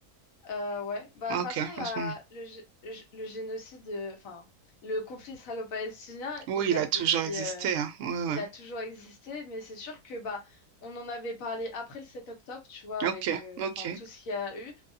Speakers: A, on the left; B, on the right.
A: Euh, ouais, bah,
B: Ah,
A: de toute
B: ok.
A: façon, la,
B: à ce moment-
A: le, gé- le gé- le génocide, euh, enfin, le conflit israélo-palestinien,
B: Oui,
A: il date
B: il a toujours
A: depuis,
B: existé.
A: euh,
B: Hein. Ouais, ouais.
A: il a toujours existé, mais c'est sûr que, bah, on en avait parlé après le 7 octobre, tu vois, avec,
B: Ok,
A: euh,
B: ok.
A: enfin, tout ce qu'il y a eu.